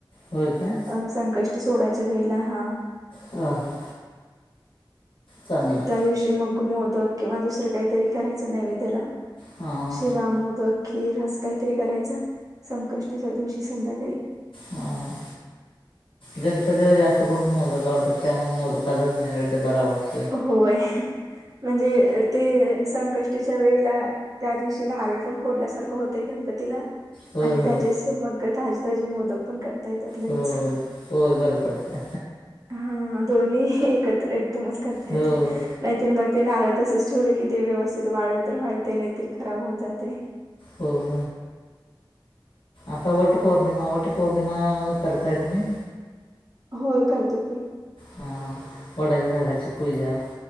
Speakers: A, on the left (about 90°); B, on the right (about 45°).
A: होय काय?
B: अ संकष्टी सोडायच्या वेळेला हा.
A: हा हा! चांगलाय.
B: त्या दिवशी मग मोदक किंवा दुसरं काहीतरी करायचं नैवेद्याला.
A: हा!
B: शिरा, मोदक, खीर असं काहीतरी करायच संकष्टीच्या दिवशी संध्याकाळी.
A: ह हा! गणपतीला जास्त करून मोदक आवडत्यात त्यामुळ मोदकाचाच नैवेद्य बरा वाटतो.
B: होय म्हणजे ते संकष्ट ष्टीच्या वेळेला त्या दिवशीला नारळ पण फोडल्यासारखं होतंय गणपतीला
A: होय
B: आणि
A: होय
B: त्याचेच मग ताजे ताजे मोदक पण करता येतात लगेच.
A: होय होय होय बरं पडतं
B: हा दोन्ही एकत्र एकदमच करता
A: हो
B: येतय. नाहीतरी मग ते नारळ तसंच ठेवलं की ते व्यवस्थित वाळलं तर वाळतय नाहीतरी खराब होऊन जातय.
A: हो! आता वटपौर्णिमा वटपौर्णिमा ओ करताय तुम्ही?
B: होय करतो की.
A: हा वडाच्या झाडाची पूजा